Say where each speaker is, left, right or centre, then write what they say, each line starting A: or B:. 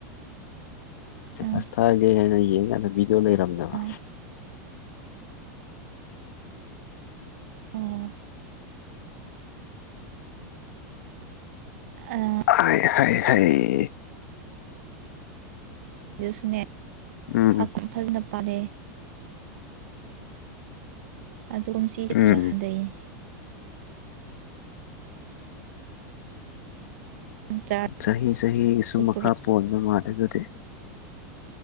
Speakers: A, on the left; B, on the right.
A: ꯏꯁꯇꯦꯇꯁ
B: ꯑꯥ
A: ꯊꯥꯒꯦ ꯍꯥꯏꯅ ꯌꯦꯡ ꯀꯥꯟꯗ ꯕꯤꯗꯤꯑꯣ ꯂꯩꯔꯝꯗꯕ
B: ꯑꯥ ꯑꯣ ꯑ
A: ꯍꯥꯏ ꯍꯥꯏ ꯍꯥꯏꯌꯦ
B: ꯑꯗꯨꯁꯨꯅꯦ
A: ꯎꯝ
B: ꯍꯥꯞꯈꯨꯝ ꯐꯖꯅ ꯄꯥꯜꯂꯦ ꯑꯗꯨꯒꯨꯝ ꯁꯤꯁꯦ ꯈꯔ
A: ꯎꯝ
B: ꯍꯟꯗꯩꯌꯦ ꯆꯥꯔꯁꯨ
A: ꯆꯍꯤ ꯆꯍꯤꯒꯤꯁꯨꯨ ꯃꯈꯥ
B: ꯄꯨꯔꯛꯑꯦ
A: ꯄꯣꯟꯕ ꯃꯥꯜꯂꯦ ꯑꯗꯨꯗꯤ